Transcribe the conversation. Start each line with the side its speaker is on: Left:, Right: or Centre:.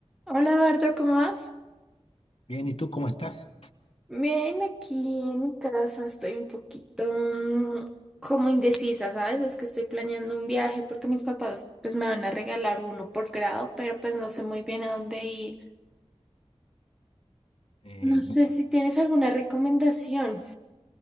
Centre: Hola Eduardo, ¿cómo vas?
Left: Bien, ¿y tú cómo estás?
Centre: Bien, aquí en casa estoy un poquito mm, como indecisa, ¿sabes? Es que estoy planeando un viaje porque mis papás pues me van a regalar uno por grado, pero pues no sé muy bien a dónde ir.
Left: Eh,
Centre: No sé
Left: bu-
Centre: si tienes alguna recomendación.